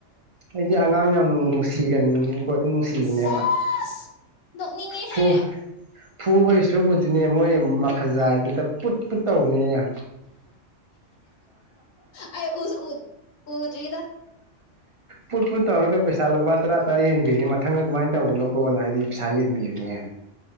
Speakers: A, on the right; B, on the left.
A: ꯑꯩꯗꯤ ꯑꯉꯥꯡ ꯌꯥꯝꯅꯨꯡ ꯅꯨꯡꯁꯤꯒꯟꯕꯅꯦ ꯑꯈꯣꯏ ꯅꯨꯡꯁꯤꯕꯅꯦꯕ
B: ꯁꯦꯁ ꯅꯣꯛꯅꯤꯡꯉꯦꯍꯦ
A: ꯐꯨ ꯐꯨꯕꯩꯁꯔꯨꯛꯄꯨꯗꯤꯅꯦ ꯃꯣꯏ ꯃꯈꯥꯖꯥꯏ ꯗꯨꯗ ꯄꯨꯠꯄꯠ ꯇꯧꯕꯅꯦ ꯌꯥ
B: ꯑꯩ ꯎꯁꯨꯎ ꯎꯗ꯭ꯔꯤꯗ
A: ꯄꯨꯠ ꯐꯨꯠ ꯇꯧꯔꯒ ꯄꯩꯁꯥ ꯂꯨꯄꯥ ꯇꯔꯥ ꯇꯔꯥ ꯌꯦꯟꯕꯤꯕꯅꯦ ꯃꯊꯪ ꯑꯗꯨꯃꯥꯏꯅ ꯇꯧꯒꯅꯨꯀꯣꯅ ꯍꯥꯏꯗꯤ ꯄꯩꯁꯥ ꯌꯦꯟꯕꯤꯕꯅꯦ